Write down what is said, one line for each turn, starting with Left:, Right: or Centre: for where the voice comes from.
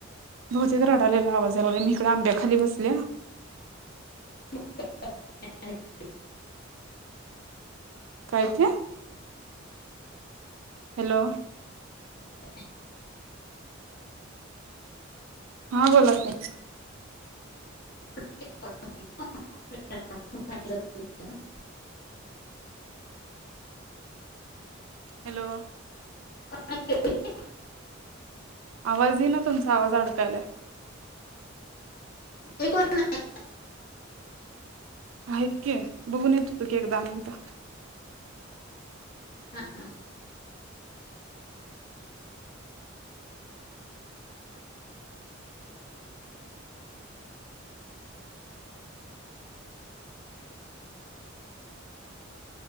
Right: दोचेकडालेला आवाज जला मी इकड आंब्याखाली बसल्या
Left: <unintelligible>
Right: काय ते हॅलो
Left: <inaudible>
Right: हा बोला की
Left: <inaudible>
Right: हॅलो
Left: <inaudible>
Right: आवाजही ना तुमचा आवाज अडकायलाय
Left: ते कोण नाही
Right: आहेत क बघून येत हो तु की एकदा अनेकदा
Left: हा हा